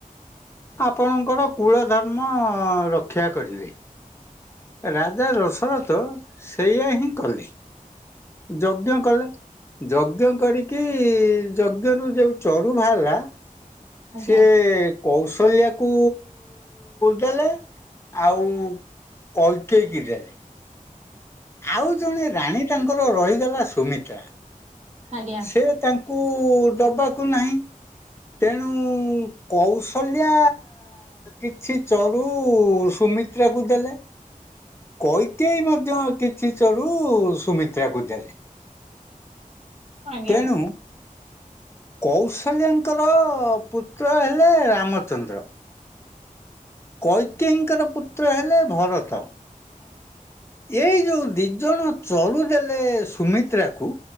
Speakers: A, on the left; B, on the right.
A: ଆପଣଙ୍କର କୁଳ ଧର୍ମ ରକ୍ଷା କରିବେ। ରାଜା ଦଶରଥ ସେଇୟା ହିଁ କଲେ। ଯଜ୍ଞ କଲେ। ଯଜ୍ଞ କରିକି ଯଜ୍ଞରୁୁ ଯୋଉ ଚରୁ ବାହାରିଲା
B: ଆଜ୍ଞା
A: ସେ କୌଶଲ୍ୟା କୁ ଦେଲେ ଆଉ କୈକେୟୀ କି ଦେଲେ। ଆଉ ଜଣେ ରାଣୀ ତାଙ୍କର ରହିଗଲା ସୁମିତ୍ରା।
B: ଆଜ୍ଞା
A: ସେ ତାଙ୍କୁ ଦବାକୁ ନାହିଁ ତେଣୁ କୌଶଲ୍ୟା କିଛି ଚରୁ ସୁମିତ୍ରାକୁ ଦେଲେ। କୈକେୟୀ ମଧ୍ୟ କିଛି ଚରୁ ସୁମିତ୍ରାକୁ ଦେଲେ।
B: ଆଜ୍ଞା।
A: ତେଣୁ କୌଶଲ୍ୟାଙ୍କର ପୁତ୍ର ହେଲେ ରାମଚନ୍ଦ୍ର। କୈକେଇଙ୍କର ପୁତ୍ର ହେଲେ ଭରତ। ଆଜ୍ଞା ଏଇ ଯୋଉ ଦି ଜଣ। ଚଳୁ ଦେଲେ ସୁମିତ୍ରାକୁ